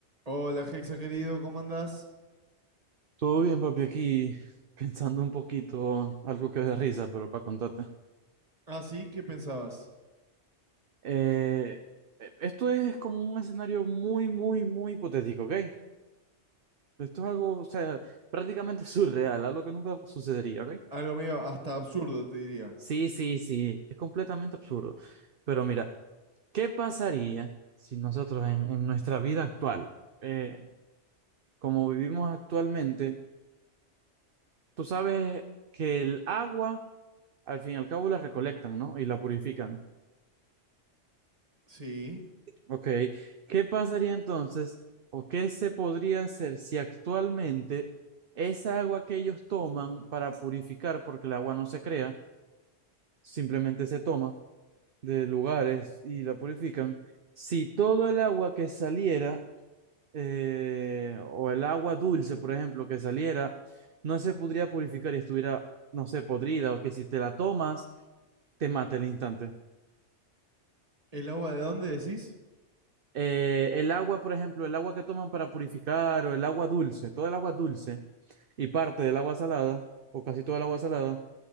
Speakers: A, on the right; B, on the right.
A: Hola, Hexa querido, ¿cómo andás?
B: Todo bien, papi, aquí <laughs> pensando un poquito, algo que es de risa, pero para contarte.
A: Ah, sí, ¿qué pensabas?
B: Eh, eh, esto es como un escenario muy, muy, muy hipotético, ¿ok? Esto es algo, o sea, prácticamente <laughs> surreal, algo que nunca sucedería, ¿ok?
A: Algo medio hasta absurdo, te diría.
B: Sí, sí, sí, es completamente absurdo. Pero mira, ¿qué pasaría si nosotros en, en nuestra vida actual, eh, como vivimos actualmente, tú sabes que el agua, al fin y al cabo, la recolectan, ¿no? Y la purifican.
A: Sí.
B: Ok, ¿qué pasaría entonces o qué se podría hacer si actualmente esa agua que ellos toman para purificar, porque el agua no se crea, simplemente se toma de lugares y la purifican, si todo el agua que saliera, eh, o el agua dulce, por ejemplo, que saliera, no se podría purificar y estuviera, no sé, podrida, o que si te la tomas, te mata el instante?
A: ¿El agua de dónde decís?
B: eh, el agua, por ejemplo, el agua que toman para purificar o el agua dulce, toda el agua dulce y parte del agua salada, o casi toda el agua salada,